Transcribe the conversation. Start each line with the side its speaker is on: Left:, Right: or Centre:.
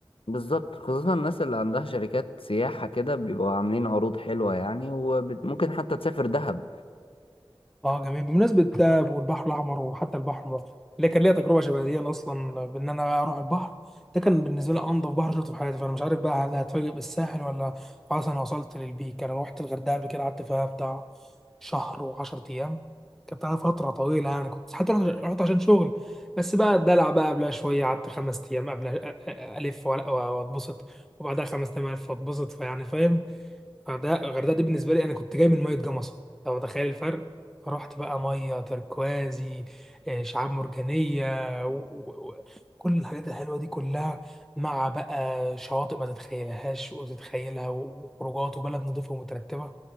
Left: بالظبط خصوصا الناس اللي عندها شركات سياحة كده بيبقوا عاملين عروض حلوة يعني وممكن حتى تسافر دهب
Centre: اه جميل بمناسبة ده والبحر الأحمر وحتى البحر المتوسط اللي كان ليا تجربة شبه دي أنا أصلا بإن أنا أروح البحر ده كان بالنسبة لي أنظف بحر شفته في حياتي فأنا مش عارف بقى هل هتفاجئ بالساحل ولا خلاص أنا وصلت للبيك أنا روحت الغردقة قبل كده قعدت فيها بتاع شهر وعشرة أيام كانت على فترة طويلة يعني كنت حتى رحت رحت عشان شغل بس بقى الدلع بقى قبلها شوية قعدت خمس أيام قبل أ- أ- ألف وأ- وأتبسط وبعدها خمس أيام ألف وأتبسط فيعني فاهم الغردقه الغردقه دي بالنسبه لي انا كنت جاي من ميه جمصه لو تخيل الفرق فرحت بقى ميه تركوازي آه، شعاب مرجانيه وكل الحاجات الحلوه دي كلها مع بقى شواطئ ما تتخيلهاش وتتخيلها وخروجات وبلد نظيفه ومترتبه